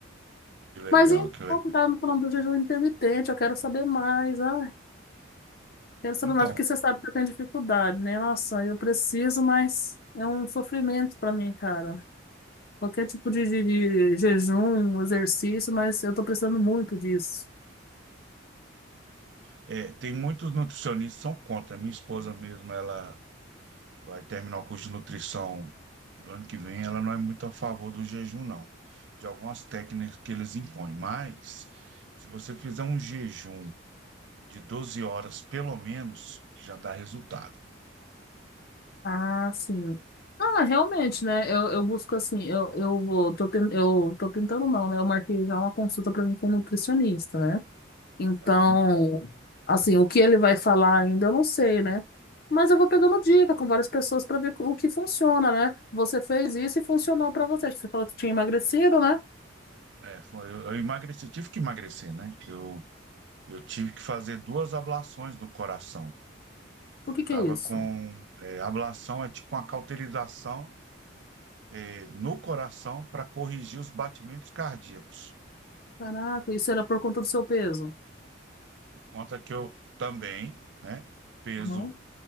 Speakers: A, on the right (about 60°); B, on the left (about 50°).
A: Que legal,
B: Mas então,
A: que legal.
B: você tava me falando do jejum intermitente, eu quero saber mais. Ah, quero saber
A: Então,
B: mais, porque você sabe que eu tenho dificuldade, né? Nossa, eu preciso, mas é um sofrimento pra mim, cara. Qualquer tipo de, de de jejum, exercício, mas eu tô precisando muito disso.
A: é, tem muitos nutricionistas que são contra. Minha esposa mesmo, ela vai terminar o curso de nutrição no ano que vem, ela não é muito a favor do jejum, não. De algumas técnicas que eles impõem. Mas, se você fizer um jejum de 12 horas, pelo menos, já dá resultado.
B: Ah, sim. Ah, realmente, né? Eu, eu busco assim, eu, eu vou, tô, ten- eu tô tentando não, né? Eu marquei já uma consulta para mim com um nutricionista, né? Então,
A: Aham.
B: assim, o que ele vai falar ainda eu não sei, né? Mas eu vou pegando dica com várias pessoas para ver o que funciona, né? Você fez isso e funcionou para você. Você falou que tinha emagrecido, né?
A: É, foi, eu, eu emagreci, tive que emagrecer, né? Eu, eu tive que fazer duas ablações do coração. Estava
B: O que que é isso?
A: com é, ablação, é tipo uma cauterização é, no coração para corrigir os batimentos cardíacos.
B: Caraca, isso era por conta do seu peso.
A: Por conta que eu também, né, peso,
B: Uhum.